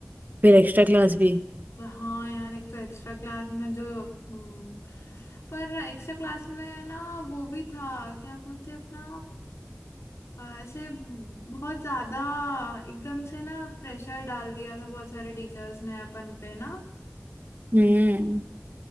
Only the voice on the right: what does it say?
फिर एक्स्ट्रा क्लास भी
हम्म